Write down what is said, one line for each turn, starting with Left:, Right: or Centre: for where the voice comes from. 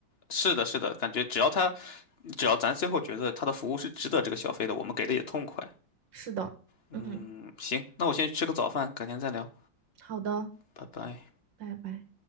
Left: 是的，是的，感觉只要他只要咱最后觉得他的服务是值得这个消费的，我们给的也痛快。
Right: 是的，
Left: 嗯，
Right: 嗯，
Left: 行，那我先去吃个早饭，改天再聊，
Right: 好的，
Left: 拜拜。
Right: 拜拜。